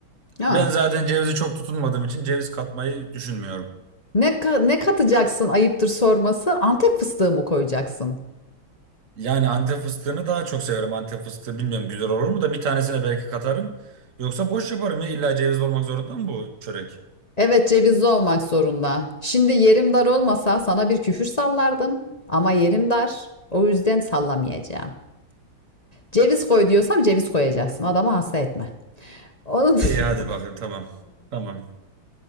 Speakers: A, on the left (about 40°); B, on the right (about 40°).
A: Ha.
B: Ben zaten cevizi çok tutunmadığım için ceviz katmayı düşünmüyorum.
A: Ne, ka- ne katacaksın ayıptır sorması? Antep fıstığı mı koyacaksın?
B: Yani Antep fıstığını daha çok seviyorum Antep fıstığı bilmiyorum güzel olur mu da bir tanesine belki katarım. Yoksa boş yaparım ya illa ceviz olmak zorunda mı bu çörek?
A: Evet cevizli olmak zorunda. Şimdi yerim dar olmasa sana bir küfür sallardım. Ama yerim dar. O yüzden sallamayacağım. Ceviz koy diyorsam ceviz koyacaksın. Adamı hasta etme. Onun <laughs>
B: İyi hadi bakayım tamam. Tamam.